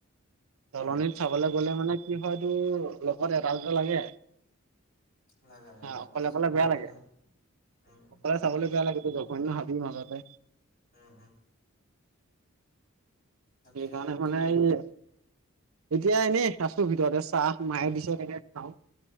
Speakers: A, on the right; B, on the left.
A: দলনিত
B: উম,
A: চাবলে গ'লে মানে কি হয় তোৰ লগত এটাল দুটা লাগে।
B: লাগে লাগে
A: অকলে অকলে
B: চলিবলৈও
A: বেয়া লাগে।
B: ন'। উম,
A: অকলে চাবলে বেয়া লাগে টো জগৈন্ন হাবি মাজতে।
B: অ অ তাকে
A: সেইকাৰণে
B: এতিয়া কি
A: মানে
B: কৰি আছ?
A: এই এতিয়া এনেই আছো ভিতৰতে, চাহ মায়ে দিছে তাকে খাওঁ।